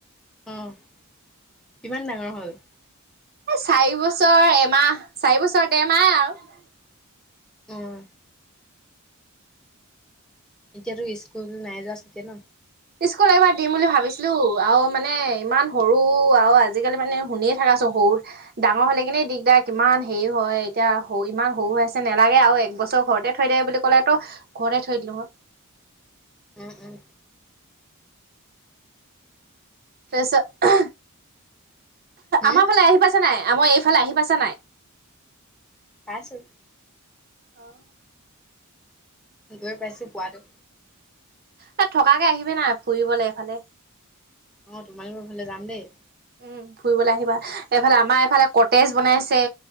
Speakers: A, in the centre; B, on the right.
A: উম, কিমান ডাঙৰ হ'ল?
B: চাৰি বছৰ এমাহ, চাৰি বছৰ ডেৰ মাহ আৰু।
A: উম। এতিয়াতো স্কুল নাই যোৱা চাগে ন?
B: স্কুল এবাৰ দিম বুলি ভাবিছিলোঁ, আৰু মানে ইমান সৰু আৰু আজিকালি মানে শুনিয়ে থাকাচোন সৰু ডাঙৰ হলে কিনে দিগদাৰ কিমান হেৰি হয়, এতিয়া সৰু ইমান সৰু হৈ আছে নালাগে আৰু এক বছৰ ঘৰতে থৈ দে বুলি কলে ত' ঘৰতে থৈ দিলোঁ মই।
A: উম, উম।
B: তাৰপিছত,
A: হুম,
B: আমাৰ ফালে আহি পাইছা নাই, আমাৰ এইফালে আহি পাইছা নাই?
A: পাইছোঁ।
B: অ'।
A: গৈ পাইছোঁ পোৱাতো।
B: তাত থকাকে আহিবি না ফুৰিবলে এফালে।
A: অ', তোমালোকৰ ফালে যাম দেই।
B: উম, ফুৰিবলৈ আহিবা। এইফালে আমাৰ এইফালে কটেজ বনাইছে,